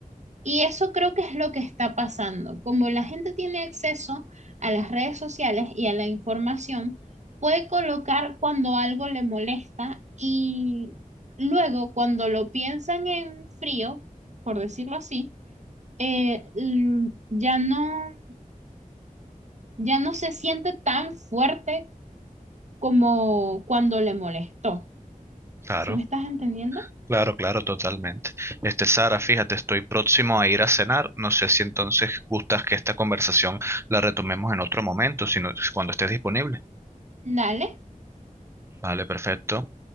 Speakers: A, on the right; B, on the right.
A: y eso creo que es lo que está pasando. Como la gente tiene acceso a las redes sociales y a la información, puede colocar cuando algo le molesta y luego cuando lo piensan en frío, por decirlo así, eh, l- ya no, ya no se siente tan fuerte como cuando le molestó.
B: claro.
A: ¿Sí me estás entendiendo?
B: Claro, claro, totalmente. Este, Sara, fíjate, estoy próximo a ir a cenar. No sé si entonces gustas que esta conversación la retomemos en otro momento, sino cuando estés disponible.
A: Dale.
B: Vale, perfecto.